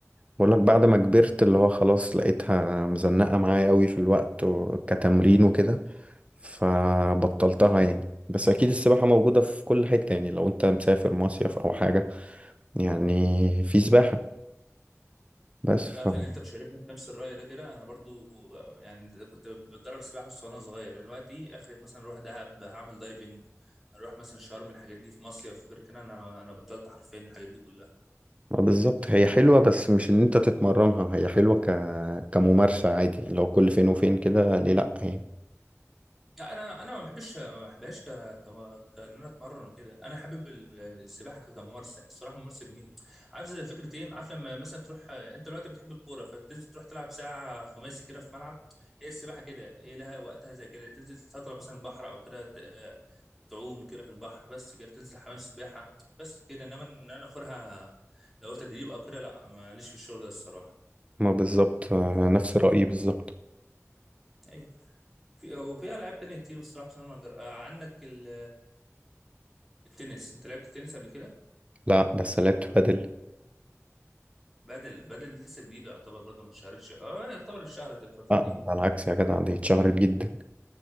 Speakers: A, on the right; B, in the centre.
A: بقول لك بعد ما كبرت اللي هو خلاص لقيتها مزنقة معايا قوي في الوقت و- كتمرين وكده فبطلتها يعني بس اكيد السباحة موجودة في كل حتة يعني لو انت مسافر مصيف او حاجة يعني في سباحة بس ف
B: عارف ان انت مشاركني في نفس الراي ده كده انا برضو آه، يعني كنت بتدرب سباحه بس وانا صغير دلوقتي اخري مثلا اروح دهب هعمل دايفنج هروح مثلا شرم الحاجات دي في مصيف غير كده انا انا بطلت حرفيا الحاجات دي كلها
A: ما بالظبط هي حلوة بس مش ان انت تتمرنها هي حلوة ك... كممارسة عادي لو كل فين وفين كده ليه لأ يعني
B: لا انا انا ما بحبش ما بحبهاش ك... ك... كان انا اتمرن وكده انا حابب ال- السباحه ك- كممارسه الصراحه ممارسه جميله عارف زي فكره ايه عارف لما مثلا تروح انت دلوقتي بتحب الكوره فتنزل تروح تلعب ساعه خماسي كده في ملعب هي السباحه كده هي لها وقتها زي كده تنزل فتره مثلا البحر او كده ت- تعوم كده في البحر بس كده تنزل حمام السباحه بس كده انما ان انا اخرها لو تدريب او كده لا ماليش في الشغل ده الصراحه
A: ما بالظبط آه، نفس رأيي بالظبط
B: ايوه في هو في العاب تانية كتير بصراحه بس انا ما جر- آه، عندك ال التنس انت لعبت تنس قبل كده
A: لا بس لعبت بادل
B: بدل بدل لسه جديده يعتبر برضه ما اتشهرتش اه يعتبر اتشهرت الفتره
A: لا
B: دي
A: على العكس يا جدع دي اتشهرت جدا